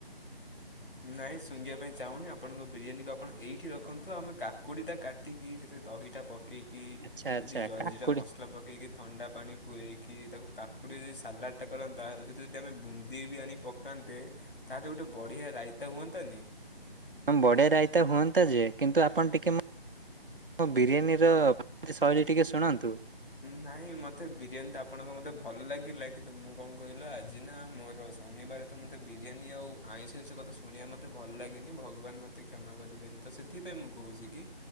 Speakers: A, on the left; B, on the right.
A: ନାଇଁ ଶୁଙ୍ଗିବା ପାଇଁ ଚାହୁନି ଆପଣଙ୍କ ବିରିୟାନୀକୁ ଆପଣ ଏଇଠି ରଖନ୍ତୁ ଆମେ କାକୁଡି ଟା କାଟିକି ସେ ସେ ଦହିଟା ପକେଇକି
B: ଆଚ୍ଛା ଆଚ୍ଛା
A: ଯଦି ଜଲଜିିରା
B: କାକୁଡି
A: ମସଲା ପକେଇକି ଥଣ୍ଡା ପାଣି ପୁରେଇକି ତାକୁ କାକୁଡି ଯଦି ସାଲାଡ ଟା କରନ୍ତା ସେଇଠା ଯଦି ଆମେ ବୁନ୍ଦି ବି ଆଣି ପକାନ୍ତେ ତାହେଲେ ଗୋଟେ ବଢିଆ ରାଇ <unintelligible> ତାକୁୁତାାନି <unintelligible>
B: ବଡ଼େ ରାଇତା ହୁଅନ୍ତା ଯେ କିନ୍ତୁ ଆପଣ ଟିକେ ବିରିୟାନୀର ଶୈଳୀ ଟିକେ ଶୁଣାନ୍ତୁ।
A: ନାଇଁ ମତେ ବିରିୟାନୀ ଆପଣଙ୍କ ମତେ ଭଲ ଲାଗିଲା କିନ୍ତୁ ମୁଁ କଣ କହିଲ ଆ ମୋର ଶନିବାର ତ ମୋତେ ବିରିୟାନୀ ଆଉ ଆଇଁଷ ଆଇଁଷ କଥା ଶୁଣିବା ମତେ ଭଲ ଲାଗେନି। ଭଗବାନ ମତେ କ୍ଷମା କର। କରିବେନି ତ ସେଥିପାଇଁ ମୁଁ କହୁଛି କି